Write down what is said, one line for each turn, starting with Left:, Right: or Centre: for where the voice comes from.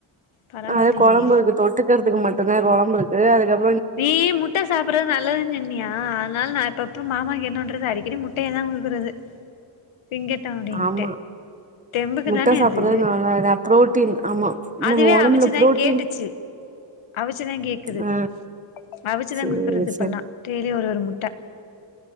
Left: பரவால்லயே
Right: அத கொழம்பு இருக் தொட்டுக்குறதுக்கு மட் டுதா கொழம்பு இருக்கு அதுக்கப்
Left: நீ முட்ட சாப்பிடறது நல்லதுன்னு சொன்னியா அதுனால நா அப்ப அப்ப மாமாக்கு என்ன பண்றது அடிக் கடி முட்டைய தா குடுக்குறது திங்கட்டோ அப்டின்ட்டு
Right: ஆமா
Left: தெம்புக்கு
Right: முட்ட
Left: தானே
Right: சாப்பிடுறது
Left: அது
Right: நல்லது புரோட்டீன் ஆமா
Left: அதுவே
Right: நம்ம ஒடம்புல
Left: அவிச்சுதா
Right: புரோட்டீன்
Left: கேட்டுச்சு அவிச்சுதா கேக்குது
Right: ஆ
Left: அவிச்சுதா
Right: சேரி
Left: குடுக்குறது இப்பெல்லா
Right: சேரி
Left: டே லி ஒரு ஒரு முட்ட